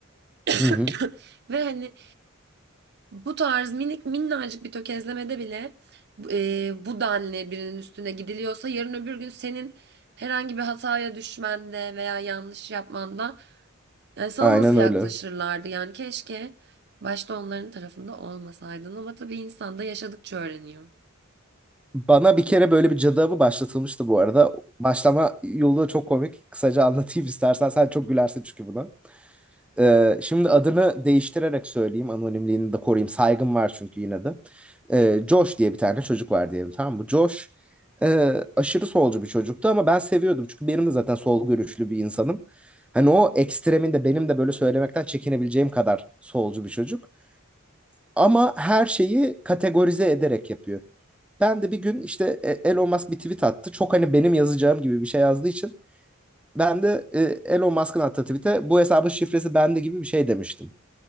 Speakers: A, on the right; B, in the centre.
A: <coughs>
B: hı hı.
A: Ve hani Bu tarz minik minnacık bir tökezlemede bile e, bu denli birinin üstüne gidiliyorsa yarın öbür gün senin herhangi bir hataya düşmende veya yanlış yapmanda yani sana
B: Aynen
A: nasıl yaklaşırlardı?
B: öyle.
A: Yani keşke başta onların tarafında olmasaydın ama tabii insan da yaşadıkça öğreniyor.
B: Bana bir kere böyle bir cadı avı başlatılmıştı bu arada. Başlama yolu da çok komik. Kısaca anlatayım istersen. Sen çok gülersin çünkü buna. Ee, şimdi adını değiştirerek söyleyeyim. Anonimliğini de koruyayım. Saygım var çünkü yine de. Ee, Josh diye bir tane çocuk var diyelim tamam mı? Josh e, aşırı solcu bir çocuktu ama ben seviyordum. Çünkü benim de zaten sol görüşlü bir insanım. Hani o ekstreminde benim de böyle söylemekten çekinebileceğim kadar solcu bir çocuk. Ama her şeyi kategorize ederek yapıyor. Ben de bir gün işte e, Elon Musk bir tweet attı. Çok hani benim yazacağım gibi bir şey yazdığı için ben de e, Elon Musk'ın attığı tweet'e bu hesabın şifresi bende gibi bir şey demiştim.